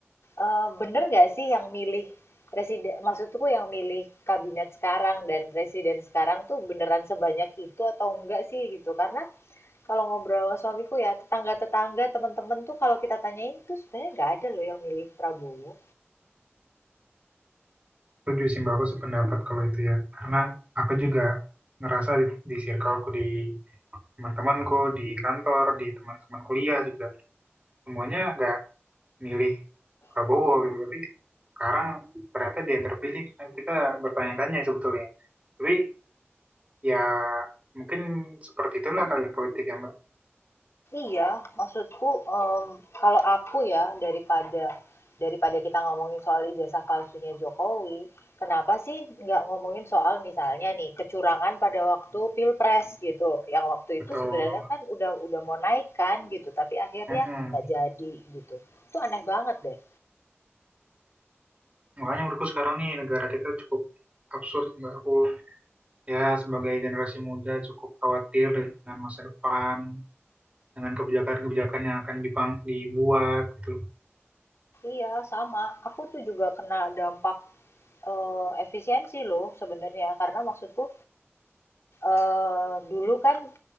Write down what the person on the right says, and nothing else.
Setuju sih Mbak, aku sependapat kalau itu ya. Karena aku juga ngerasa di, di circleku, di teman-temanku, di kantor, di teman-teman kuliah juga. Semuanya nggak milih Prabowo gitu. Tapi sekarang ternyata dia yang terpilih. Nah, Kita bertanya-tanya sebetulnya. Tapi ya mungkin seperti itulah kali politik ya Mbak.
Betul.
Mm-mm.
Makanya menurutku sekarang nih negara kita cukup absurd Mbak. Aku ya sebagai generasi muda cukup khawatir dengan masa depan dengan kebijakan-kebijakan yang akan dipang- dibuat gitu loh.